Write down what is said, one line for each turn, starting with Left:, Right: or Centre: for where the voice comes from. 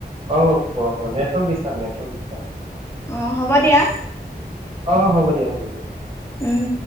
Right: অ', কোৱা, কোৱা। Network disturb, network disturb.
Left: অ', হ'ব দিয়া।
Right: অ', হ'ব দিয়া, হ'ব দিয়া।
Left: উম।